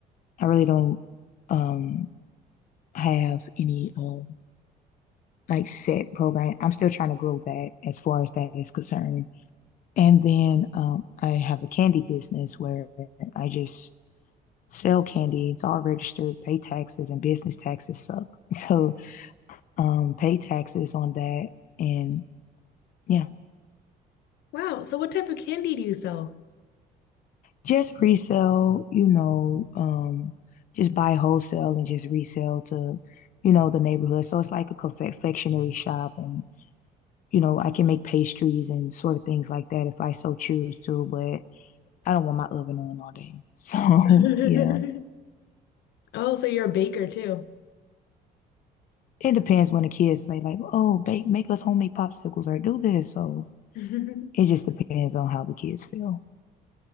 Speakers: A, on the left; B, on the left.
A: I really don't um have any um like set program. I'm still trying to grow that as far as that is concerned. And then um, I have a candy business where I just sell candy. It's all registered, pay taxes, and business taxes suck. <laughs> So um, pay taxes on that. And yeah,
B: Wow, so what type of candy do you sell?
A: just resell, you know, um, just buy wholesale and just resell to, you know, the neighborhood. So it's like a confectionery shop and you know, I can make pastries and sort of things like that if I so choose to, but I don't want my oven on all day. <laughs> So
B: <laughs>
A: yeah,
B: Oh, so you're a baker too.
A: it depends when the kids say like, "Oh, bake, make us homemade popsicles or do this." So
B: <laughs>
A: it just depends on how the kids feel.